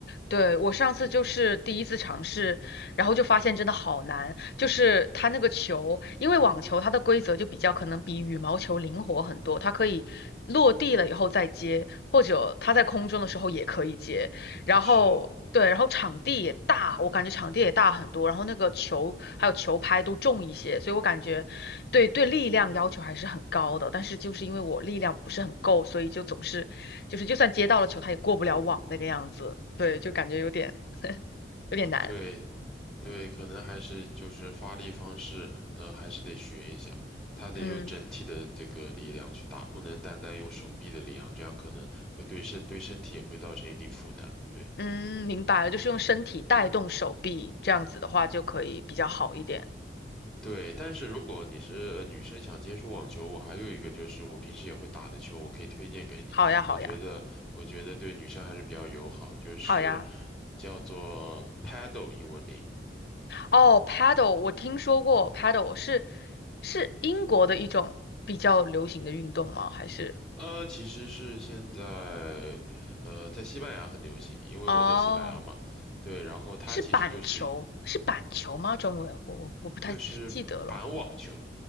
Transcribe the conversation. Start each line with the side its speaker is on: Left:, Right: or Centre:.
Left: 对，我上次就是第一次尝试，然后就发现真的好难。就是它那个球，因为网球它的规则就比较可能比羽毛球灵活很多，它可以落地了以后再接，或者它在空中的时候也可以接。然后对，
Centre: 是，
Left: 然后场地也大，我感觉场地也大很多，然后那个球还有球拍都重一些，所以我感觉对对力量要求还是很高的，但是就是因为我力量不是很够，所以就总是就是就算接到了球，他也过不了网那个样子。对，就感觉有点 <laughs> 有点难。
Centre: 对。对，可能还是就是发力方式，呃，还是得学一下。他得用整体的这个力量去打，
Left: 嗯
Centre: 不能单单用手臂的力量，这样可能会对身对身体也会造成一定负担。对
Left: 嗯，明白了，就是用身体带动手臂，这样子的话就可以比较好一点。
Centre: 对，但是如果你是呃女生想接触网球，我还有一个就是我平时也会打的球，我可以推荐给你。
Left: 好呀，好呀，
Centre: 我觉得我觉得对女生还是比较友好，就是
Left: 好呀。
Centre: 叫做 Paddle 英文名。
Left: 哦，paddle 我听说过，paddle 是是英国的一种比较流行的运动吗？还是？
Centre: 呃，其实是现在，呃，在西班牙很流行，因为我在西班牙嘛，
Left: 哦。
Centre: 对，然后它其实就是
Left: 是板球，是板球吗？中文我我我不太记记得了。
Centre: 就是板网球，